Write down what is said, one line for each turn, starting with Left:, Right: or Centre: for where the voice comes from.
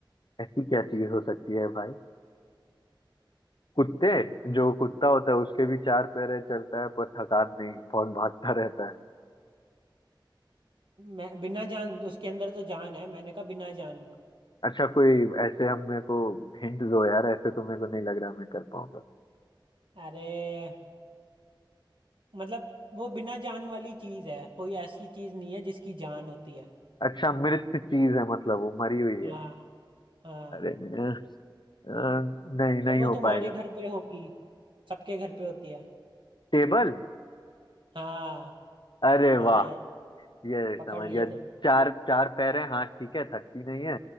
Left: ऐसी क्या चीज हो सकती है भाई कुत्ते जो कुत्ता होता है उसके भी चार पैर है चलता है पर थकान नहीं बहुत भागता रहता है
Right: मैं बिना जान उसके अंदर तो जान है मैंने कहा बिना जान
Left: अच्छा कोई ऐसे हम मेरे को हिंट दो यार ऐसे तो मेरे को नहीं लग रहा मैं कर पाऊंगा
Right: अरे मतलब वो बिना जान वाली चीज है कोई ऐसी चीज नहीं है जिसकी जान होती है
Left: अच्छा मृत चीज है मतलब वो मरी हुई
Right: हाँ
Left: है
Right: हाँ
Left: अरे अ, अ, नहीं नहीं
Right: पर वो
Left: हो
Right: तुम्हारे
Left: पाएगा
Right: घर पे होगी सबके घर पे होती है
Left: टेबल
Right: हाँ
Left: अरे
Right: अरे
Left: वाह ये
Right: पकड़
Left: समझ
Right: लिए
Left: गया
Right: तुम
Left: चार चार पैर है हाँ ठीक है थकती नहीं है